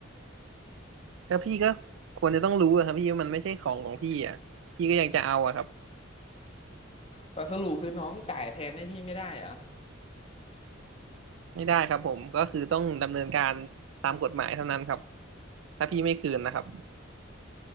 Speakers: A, on the right; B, on the left.
A: ก็พี่ก็ควรจะต้องรู้อะครับพี่ว่ามันไม่ใช่ของของพี่อ่ะพี่ก็ยังจะเอาอะครับ
B: แล้วสรุปคือน้องจ่ายแทนให้พี่ไม่ได้เหรอ
A: ไม่ได้ครับผมก็คือต้องดำเนินการตามกฎหมายเท่านั้นครับถ้าพี่ไม่คืนนะครับ